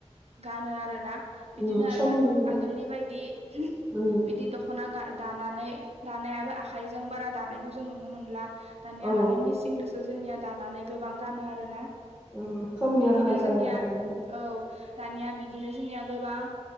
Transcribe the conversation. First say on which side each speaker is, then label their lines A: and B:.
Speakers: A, on the right; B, on the right.
A: गानो आरो ना बिदिनो
B: उम
A: आरो
B: समनिबो
A: आगोलनि बायदि
B: उम
A: बिदि दख'ना ग दानानै दानायाबो आखाइजों बारा दानायखौ जों नुनो मोनला दानिया माने
B: औ
A: मिसिं दो- बो जोंनिया दानानै गोबां गानो आरो ना
B: उम समनि
A: बिदिनो
B: आंखाल जाबायना
A: जोंनिया
B: दानिया
A: औ दानिया बिदिनो जोंनिया गोबां